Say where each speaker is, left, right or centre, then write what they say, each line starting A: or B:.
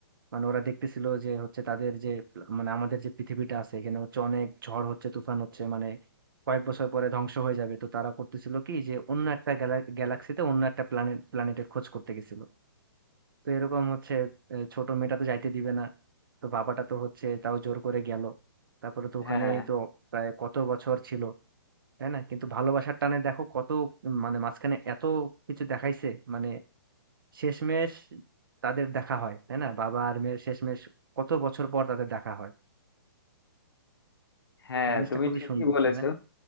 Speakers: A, on the right; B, on the left.
A: মানে ওরা দেখতেছিল যে হচ্ছে তাদের যে প্ল- মানে আমাদের যে পৃথিবীটা আছে এখানে হচ্ছে অনেক ঝড় হচ্ছে তুফান হচ্ছে মানে কয়েক বছর পরে ধ্বংস হয়ে যাবে তো তারা করতেছিল কি যে অন্য একটা গ্যালাক্সিতে অন্য একটা প্ল্যানেট প্ল্যানেটের খোঁজ করতে গেছিল তো এরকম হচ্ছে আহ, ছোট মেয়েটা তো যাইতে দিবে না তো বাবাটা তো হচ্ছে তাও জোর করে গেল তারপরে তো ওখানেই
B: হ্যাঁ
A: তো প্রায় কত বছর ছিল তাই না কিন্তু ভালোবাসার টানে দেখো কত উম, মানে মাঝখানে এত কিছু দেখাইছে মানে শেষমেশ তাদের দেখা হয় তাই না বাবা আর মেয়ের শেষমেশ কত বছর পর তাদের দেখা হয়
B: হ্যাঁ
A: ওই জিনিসটা
B: তুমি
A: খুবই
B: ঠিকই
A: সুন্দর
B: বলেছো
A: তাই না